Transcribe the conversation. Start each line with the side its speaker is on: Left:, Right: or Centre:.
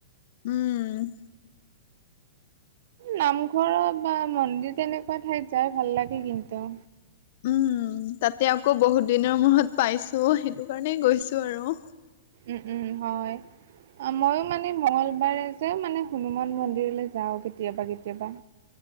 Left: উম
Right: নামঘৰ বা মন্দিৰ তেনেকুৱা ঠাইত যাই ভাল লাগে কিন্তু
Left: উম, ‌তাতে আকৌ বহুত দিনৰ মূৰত পাইছো সেইটো কাৰণেই গৈছো আৰু
Right: উম-উম হয়। ময়ো মানে মঙলবাৰে যেও মানে হনুমান মন্দিৰলৈ যাওঁ কেতিয়াবা-কেতিয়াবা